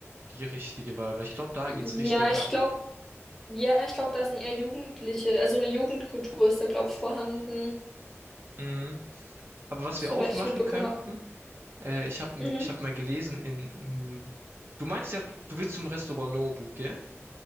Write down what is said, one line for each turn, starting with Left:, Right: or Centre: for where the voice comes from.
Right: die richtige Wahl, weil ich glaube, da
Centre: Ja,
Right: geht's richtig
Centre: ich
Right: ab.
Centre: glaube. Ja, ich glaube, da sind eher Jugendliche, also eine Jugendkultur ist da, glaube ich, vorhanden,
Right: Mhm. Aber was
Centre: soweit
Right: wir auch machen
Centre: ich mitbekommen
Right: könnten,
Centre: habe.
Right: äh, ich habe
Centre: Mhm.
Right: ich hab mal gelesen in, ähm, du meintest ja, du willst zum Restaurant Nobu, gell?